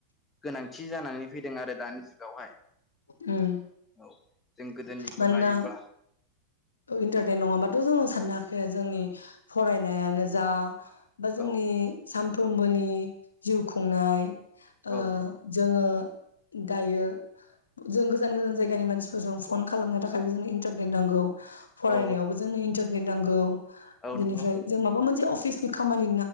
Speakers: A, on the left (about 15°); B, on the left (about 75°).
A: गोनांथि जानानै फैदों आरो दानि जुगावहाय।
B: उम।
A: औ। जों गोदोनिखौ
B: मानोना
A: लायोब्ला
B: ओ इन्टारनेट नङाबाथ' जोङो साननो हा ओ जोंनि फरायनायानो जा बा जोंनि
A: औ
B: साम फ्रोमबोनि जिउ खुंनाय ओ
A: औ
B: जोङो दायो जों गोजान गोजान जायगानि मानसि जों फन खालामनो थाखायबो जोंनो इन्टारनेट नांगौ। फरायनायावबो
A: औ
B: जोंनो इन इन्टारनेट नांगौ।
A: औ
B: बेनिफ्राय
A: नंगौ
B: जों माबा मोन से अफिसनि खामानि